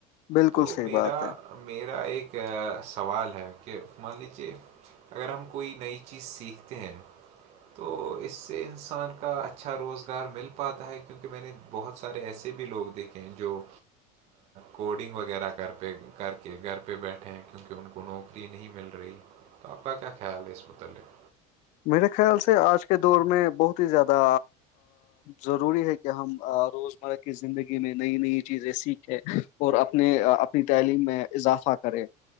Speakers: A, on the left; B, on the right.
A: بالکل
B: تو
A: صحیح
B: میرا
A: بات ہے
B: میرا ایک سوال ہے کہ مان لیجیے اگر ہم کوئی نئی چیز سیکھتے ہیں تو اس سے ان انسان کا اچھا روزگار مل پاتا ہے کیونکہ میں نے بہت سارے ایسے بھی لوگ دیکھے ہیں جو کوڈنگ وغیرہ کر پہ کر کے گھر پہ بیٹھے ہیں کیونکہ ان کو نوکری نہیں مل رہی تو آپ کا کیا خیال ہے اسس متعلق
A: میرے خیال سے آج کے دور میں بہت ہی زیادہ ضروری ہے کہ ہم روزمرہ کی زندگی میں نئی نئی چیزیں سیکھیں اور اپنے اپنی تعلیم میں اضافہ کرے